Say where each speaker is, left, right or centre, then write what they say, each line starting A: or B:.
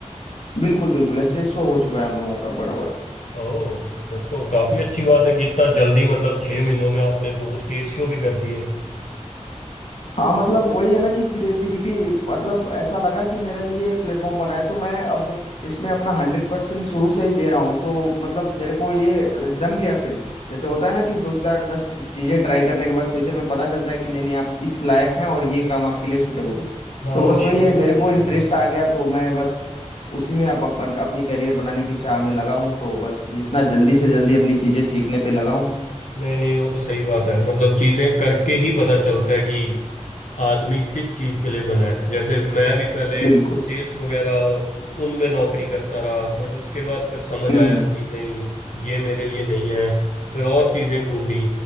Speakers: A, on the left; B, on the left.
A: बिल्कुल बिल्कुल स्टेज शो हो चुका है हम लोगों का बड़ा बड़ा
B: ओह फिर तो काफी अच्छी बात है कि इतना जल्दी मतलब छह महीनों में आपने दो स्टेज शो भी कर दिए
A: हाँ मतलब वही है ना कि क्रिएटिविटी मतलब ऐसा लगा कि मेरे लिए प्लेटफॉर्म बना है तो मैं अब इसमें अपना हंड्रेड परसेंट शुरू से ही दे रहा हूँ तो मतलब मेरे को ये जम गया फील्ड जैसे होता है ना कि दो चार दस चीजें ट्राई करने के बाद फ्यूचर में पता चलता है कि नहीं नहीं आप इस लायक हैं और ये काम आपके लिए सुटेबल है
B: हाँ
A: तो बस
B: नहीं
A: वही
B: वो
A: है
B: तो
A: मेरे
B: सही
A: को इंटरेस्ट
B: है
A: आ गया तो मैं बस उसी में अप, अपन- अपनी करियर बनाने की चाह में लगा हूँ तो बस जितना जल्दी से जल्दी अपनी चीजें सीखने पे लगा हूँ
B: नहीं नहीं वो तो सही बात है मतलब चीजें करके ही पता चलता है कि आदमी किस चीज के लिए बना है जैसे मैं भी पहले
A: बिल्कुल
B: सेल्स वगैरह और उनमें नौकरी करता रहा बट उसके बाद फिर समझ
A: हम्म
B: आया
A: हम्म।
B: कि नहीं ये मेरे लिए नहीं है फिर और चीजें ढूंढी